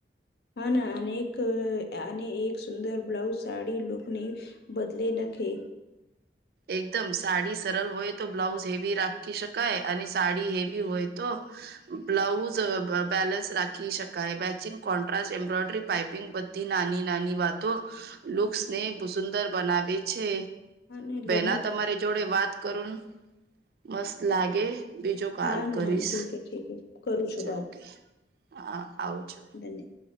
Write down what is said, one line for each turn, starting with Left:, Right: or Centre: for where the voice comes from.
Left: હા ના અનેક અને એક સુંદર બ્લાઉઝ સાડી લુકની બદલી નાખે.
Right: એકદમ સાડી સરલ હોય તો બ્લાઉઝ હેવી રાખી શકાય અને સાડી હેવી હોય તો બ્લાઉઝ બેલેન્સ રાખી શકાય મેચિંગ કોન્ટ્રાસ એમ્બ્રોઇડરી પાઇપિંગ બધ નાની નાની વાતો લુક્સ ને સુંદર બનાવે છે.
Left: અને એટલે.
Right: ના તમારી જોડે વાત કરુંન મસ્ત લાગે. બીજો કાલ
Left: હા ના
Right: કરીશ
Left: હા ઠીક હે ઠીક હે કરું
Right: અચ્છા
Left: છું
Right: ઓકે હા આવજો.
Left: ધન્યદ.